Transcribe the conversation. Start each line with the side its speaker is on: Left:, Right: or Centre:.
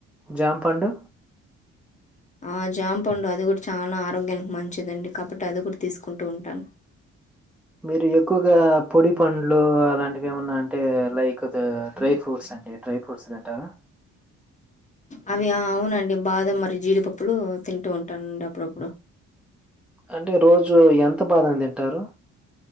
Centre: జాంపండు
Left: ఆ జాంపండు అది కూడా చాలా ఆరోగ్యానికి మంచిదండి కాబట్టి అది కూడా తీసుకుంటూ ఉంటాను
Centre: మీరు ఎక్కువగా పొడి పండ్లు అలాంటివి ఏమన్నా అంటే లైక్ డ్రై ఫ్రూట్స్ అనెవి ఏ డ్రై ఫ్రూట్స్ తింటారా
Left: అవి అవునండి బాదం మరి జీడిపప్పులు తింటూ ఉంటానండి అప్పుడప్పుడు
Centre: అంటే రోజు ఎంత బాదం తింటారు